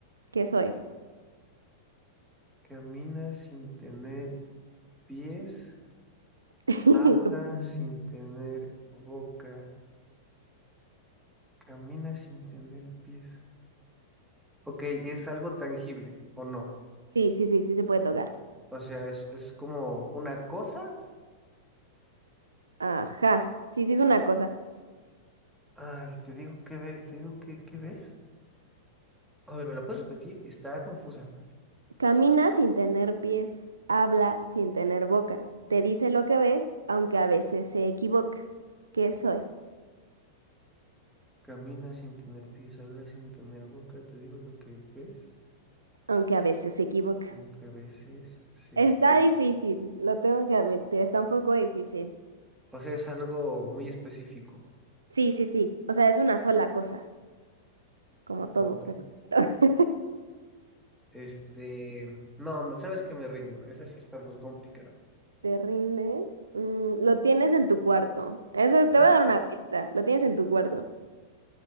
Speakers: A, on the right (about 80°); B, in the centre.
A: ¿Qué soy?
B: Caminas sin tener pies,
A: <laughs>
B: hablas
A: Tú-
B: sin tener boca. Camina sin tener pies. Ok, ¿es algo tangible o no?
A: Sí, sí, sí, sí se puede tocar.
B: O sea, es, es como una cosa
A: Ajá, sí, sí es una cosa.
B: Ay, te digo que ve, te digo que, ¿qué ves? A ver, ¿me la puedes repetir? Está confusa.
A: Camina sin tener pies, habla sin tener boca, te dice lo que ves, aunque a veces se equivoca. ¿Qué soy?
B: Camina sin tener pies, habla sin tener boca, te digo lo que ves,
A: Aunque a veces se equivoca.
B: aunque a veces se
A: Está
B: equivoca.
A: difícil, lo tengo que admitir, está un poco difícil.
B: O sea, es algo muy específico.
A: Sí, sí, sí. O sea, es una sola cosa, como todos,
B: Ok.
A: ¿verdad? <laughs>
B: Este, no, sabes que me rindo, esa sí está muy complicada.
A: ¿Te rindes? Mm, lo tienes en tu cuarto. Eso
B: ¿En serio?
A: te voy a dar una pista. Lo tienes en tu cuarto.